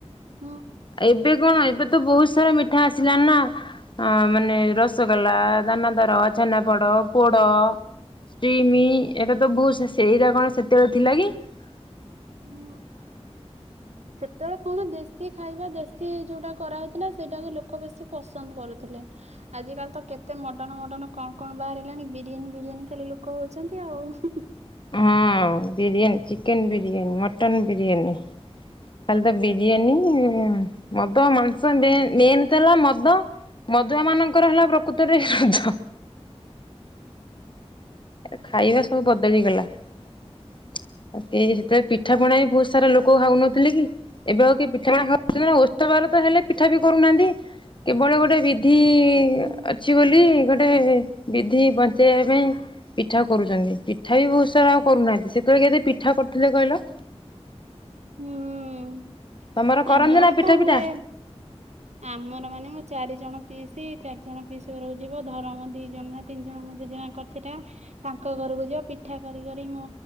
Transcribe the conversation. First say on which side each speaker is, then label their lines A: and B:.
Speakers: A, on the right; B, on the left.
A: ହୁଁ
B: ଏବେ କଣ ଏବେ ତ ବହୁତ ସାରା ମିଠା ଆସିଲା ନା ଅ ମାନେ ରସଗୋଲା ଦାନାଦର ଛେନାପୋଡ ପୋଡ ଷ୍ଟିମି ଏରା ତ ବହୁତ ସେ ସେଇରା କଣ ସେତେବେଳେ ଥିଲା କି? ହ
A: ହୁଁ। ସେତେବେଳେ କଣ ଦେଶୀ ଖାଇବା ଦେଶୀ ଯୋଉଟା କରାହଉଥିଲା ସେଇଟାକୁ ଲୋକ ବେଶୀ ପସନ୍ଦ କରୁଥିଲେ। ଆଜିକାଲି ତ କେତେ ମଡର୍ଣ ମଡର୍ଣ କଣ କଣ ବାହାର ହେଲାଣି ବିରିୟାନୀ ବିରିୟାନୀ ଖାଲି ଲୋକ ହଉଚନ୍ତି ଆଉ।
B: ହଁ ବିରିୟାନୀ ଚିକେନ ବିରିୟାନୀ ମଟନ୍ ବିରିୟାନୀ। ଖାଲି ତ ବିରିୟାନୀ ମଦ ମାଂସ ଦେ ମେନ୍ ତ ହେଲା ମଦ ମଦୁଆ ମାନଙ୍କର ହେଲା ପ୍ରକୃତରେ ଏହି ରଜ। ଆ ଖାଇବା ସବୁ ବଦଳିଗଲା ଆଉ ସେତେବେ ପିଠା ପଣା ବି ବହୁତ ସାରା ଲୋକ ଖାଉନଥିଲେ କି? ଏବେ ଆଉ କି ପିଠାପଣା ଖାଉଛନ୍ତି ନା ଓଷାବାର ତ ହେଲେ ପିଠା ବି କରୁନାହାନ୍ତି କେବଳ ଗୋଟେ ବିଧି
A: ହୁଁ।
B: ଅଛି ବୋଲି ଗୋଟେ ବିଧି ବଞ୍ଚେଇବା ପାଇଁ ପିଠା କରୁଚନ୍ତି ପିଠା ବି ବହୁତ ସାରା ଆଉ କରୁନାହାନ୍ତି ସେତେବେଳେ କେତେ ପିଠା କରୁଥିଲେ କହିଲ?
A: ହୁଁ
B: ତମର କରନ୍ତି
A: ଆମର
B: ନା ପିଠା
A: ପା
B: ପିଠା
A: ହୁଏ ଆମର ମାନେ ମୋ ଚାରି ଜଣ ପିଇସି ଚାରି ଜଣ ପିସ ଘରୁ ଯିବ ଧରମ ଦି ଜଣ ନା ତିନି ଜଣ ମୋ ଜେଜେମା କର ସେଟା ତାଙ୍କ ଘରକୁ ଯିବ ପିଠା କରି କରି ମୋ